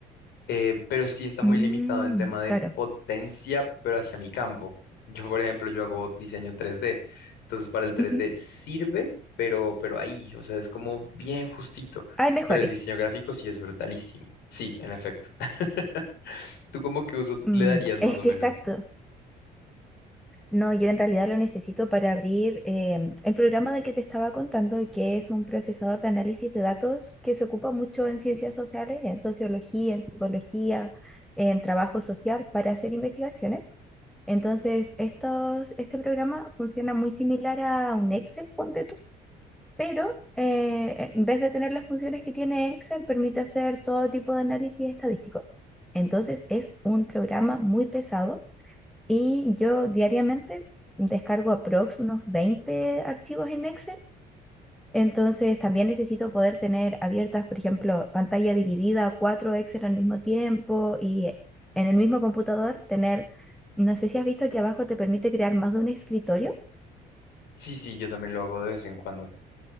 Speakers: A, on the left; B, in the centre.
A: eh, pero sí está muy
B: Mm,
A: limitado en tema de
B: claro.
A: potencia, pero hacia mi campo. Yo, por ejemplo, yo hago diseño 3D, entonces para el 3D
B: Ujú.
A: sirve, pero, pero ahí, o sea, es como bien justito,
B: Hay mejores.
A: pero el diseño gráfico sí es brutalísimo, sí, en efecto. <laughs> ¿Tú cómo que uso
B: Mm,
A: le darías más
B: es
A: o
B: que
A: menos?
B: exacto. No, yo en realidad lo necesito para abrir em, el programa del que te estaba contando, que es un procesador de análisis de datos que se ocupa mucho en ciencias sociales, en sociología, en psicología, en trabajo social para hacer investigaciones. Entonces, estos, este programa funciona muy similar a un Excel, ponte tú, pero eh, en vez de tener las funciones que tiene Excel, permite hacer todo tipo de análisis estadístico. Entonces, es un programa muy pesado y yo diariamente descargo aprox unos 20 archivos en Excel. Entonces también necesito poder tener abiertas, por ejemplo, pantalla dividida, cuatro Excel al mismo tiempo y eh, en el mismo computador tener, no sé si has visto que abajo te permite crear más de un escritorio.
A: Sí, sí, yo también lo hago de vez en cuando.